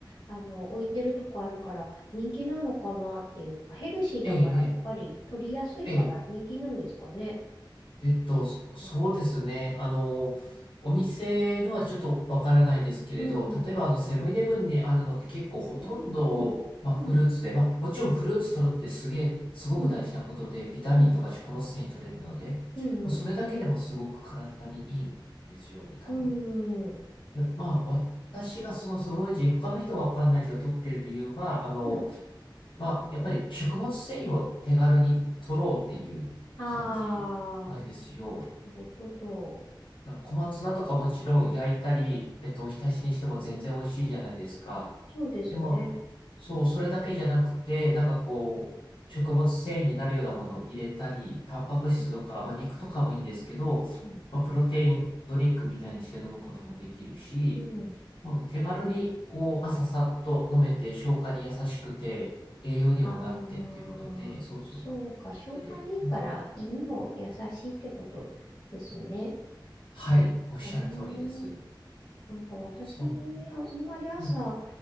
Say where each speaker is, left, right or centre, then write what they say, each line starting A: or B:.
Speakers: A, on the left; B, on the left.
A: あの、置いてるとこあるから、人気なのかなっていうか、ヘルシーだから、
B: ええ、ええ、
A: やっぱり取りやすいから人気なんですかね。
B: ええ。えええっと、そそうですね。
A: うん。
B: あの、お店のはちょっとわからないですけれど、
A: うん
B: 例えばあのセブンイレブンにあるのって結構ほとんど、
A: うん、
B: まあ、
A: うん、
B: フルーツで、まあ、もちろんフルーツ取るのってすげえ、すごく大事なことで、
A: うん、
B: ビタミンとか食物繊維取れるので、
A: うん、
B: もうそれだけでもすごく体にいいものですよね、
A: うん、
B: 多分。
A: うん、うん、
B: で、まあ、私がそのスムージー、他の人はわかんないけど、取ってる理由は、あの、
A: はい。
B: まあ、やっぱり食物繊維を手軽に取ろうっていう感じなんですよ。
A: ああ、なるほど。
B: なんか小松菜とかもちろん焼いたり、えっと、お浸しにしても全然美味しいじゃないですか。
A: そうですね。
B: でも、そう、それだけじゃなくて、なんかこう、食物繊維になるようなものを入れたり、タンパク質とか、
A: うん、
B: まあ、肉とかもいいんですけど、
A: うん、
B: まあ、プロテインドリンクみたいにして飲むこともできるし、
A: うん。
B: まあ、手軽にこう、朝さっと飲めて、消化に優しくて、栄養にもなってっていうことで、
A: ああ、
B: そうそう。
A: そうか。消化にいいから胃にも優しいってことですね。
B: それで、はい、はいおっしゃる通りです。
A: おー、なんか私、
B: そうなんです。
A: ああんまり朝、
B: はい。